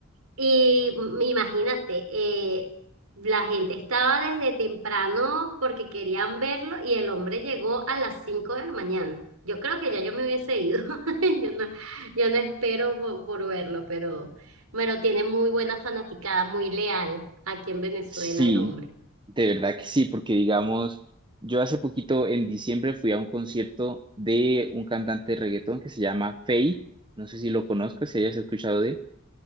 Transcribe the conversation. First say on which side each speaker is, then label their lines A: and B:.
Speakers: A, on the right; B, on the right.
A: y mm, imagínate, eh, la gente estaba desde temprano porque querían verlo y el hombre llegó a las 5 de la mañana. Yo creo que ya yo me hubiese ido. <laughs> Yo no, yo no espero por, por verlo, pero, pero tiene muy buena fanaticada, muy leal aquí en Venezuela
B: sí,
A: el hombre.
B: de verdad que sí, porque digamos, yo hace poquito en diciembre fui a un concierto de un cantante de reggaetón que se llama Feid, no sé si lo conozcas, si hayas escuchado de él.